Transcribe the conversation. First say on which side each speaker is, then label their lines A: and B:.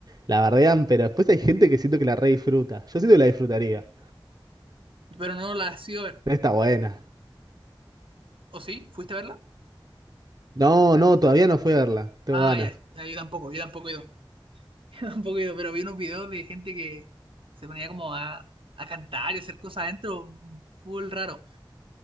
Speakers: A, on the right (about 45°); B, on the right (about 75°).
A: la bardean, pero después hay gente que siento que la re disfruta. Yo siento que la disfrutaría.
B: Pero no la has ido a ver.
A: Está buena.
B: ¿O sí? ¿Fuiste a verla?
A: No, no, todavía no fui a verla. Tengo
B: Ah,
A: ganas.
B: ya, ya, yo tampoco, yo tampoco he ido. <laughs> Yo tampoco he ido, pero vi unos videos de gente que se ponía como a, a cantar y hacer cosas adentro, full raro.